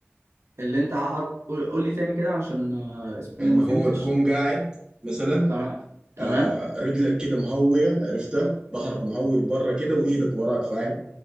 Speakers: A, on the right; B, on the right.
A: اللي انت هحط قول قول لي تاني كده عشان آه، اسمه
B: ان
A: ايه ده ما
B: هو
A: فهمتش
B: تكون قاعد مثلا
A: تمام تمام
B: آه رجلك كده مهوية عرفتها ظهرك مهوي لبره كده وايدك وراك فاهم